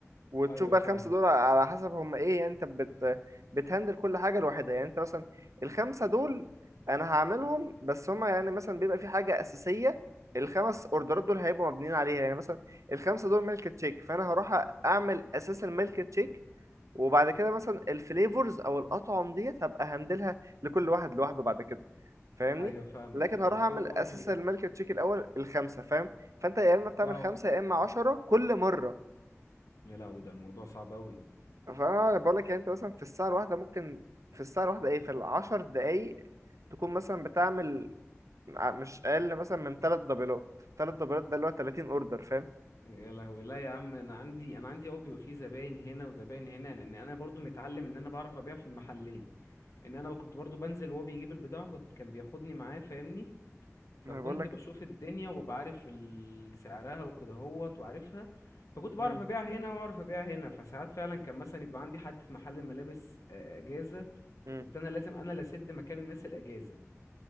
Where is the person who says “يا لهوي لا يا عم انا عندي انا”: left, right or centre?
Left